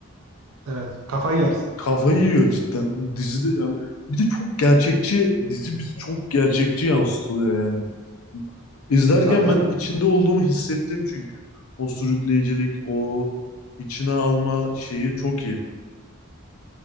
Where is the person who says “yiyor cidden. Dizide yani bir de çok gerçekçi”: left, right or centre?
Left